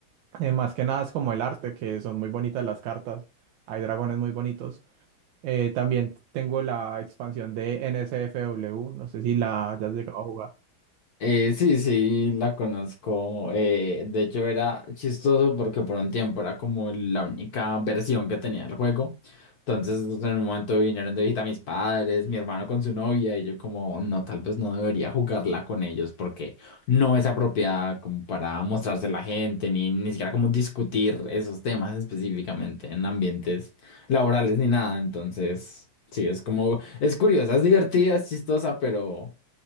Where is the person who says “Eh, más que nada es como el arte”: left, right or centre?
Right